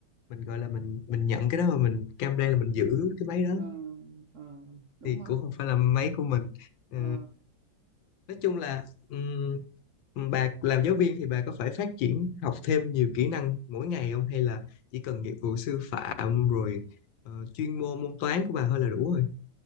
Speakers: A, on the left; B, on the right.
A: mình gọi là mình mình nhận cái đó và mình cam đoan là mình giữ cái máy đó
B: ờ ờ, đúng
A: thì
B: rồi
A: cũng không phải là máy của mình Ờ,
B: ờ
A: nói chung là ừm, bà làm giáo viên thì bà có phải phát triển học thêm nhiều kỹ năng mỗi ngày không hay là chỉ cần nghiệp vụ sư phạm rồi ờ, chuyên môn môn toán của bà thôi là đủ rồi